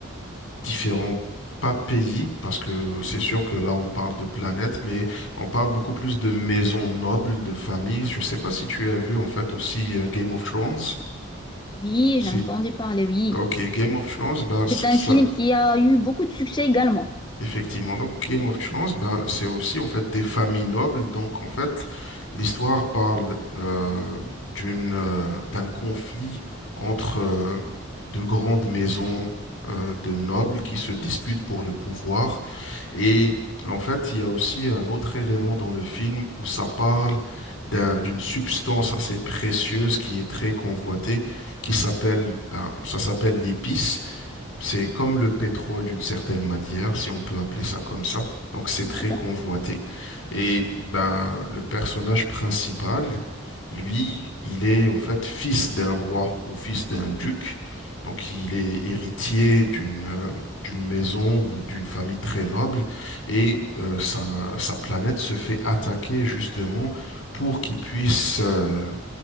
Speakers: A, on the left; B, on the left.
A: différents, pas pays, parce que c'est sûr que là on parle de planète, mais on parle beaucoup plus de maisons nobles, de familles. Je sais pas si tu as vu en fait aussi euh, Game of Thrones.
B: Oui,
A: Si...
B: j'ai entendu parler, oui.
A: Ok, Game of Thrones, ben ça...
B: C'est un
A: ça-
B: film qui a eu beaucoup de succès également.
A: Effectivement, donc Game of Thrones, ben, c'est aussi en fait des familles nobles. Donc en fait, l'histoire parle euh, d'une euh, d'un conflit entre euh, de grandes maisons euh, de nobles qui se disputent pour le pouvoir. Et en fait, il y a aussi un autre élément dans le film où ça parle d'un- d'une substance assez précieuse qui est très convoitée, qui s'appelle, ben, ça s'appelle l'épice. C'est comme le pétrole d'une certaine manière, si on peut appeler ça comme ça. Donc c'est très
B: Ah, d'accord.
A: convoité. Et ben le personnage principal, lui, il est en fait fils d'un roi ou fils d'un duc. Donc il est héritier d'une euh, d'une maison ou d'une famille très noble et euh, sa, sa planète se fait attaquer justement pour qu'il puisse euh,